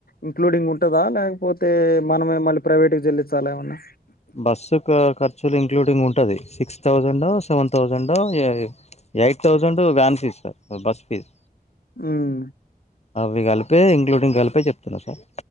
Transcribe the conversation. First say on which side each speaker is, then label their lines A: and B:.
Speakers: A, on the left; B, on the left.
A: ఇంక్లూడింగ్ ఉంటదా లేకపోతే మనమే మళ్ళీ ప్రైవేటుకి జెల్లీచ్చలా ఏమన్నా
B: బస్సు కు ఖర్చులు ఇంక్లూడింగ్ ఉంటది సిక్స్ థౌజండ్ ఒ సెవెన్ థౌజండ్ ఒ ఏ eight thousand van fees sir bus fee
A: ఉమ్
B: అవి కలిపే ఇంక్లూడింగ్ కలిపే చెప్తున్నా సార్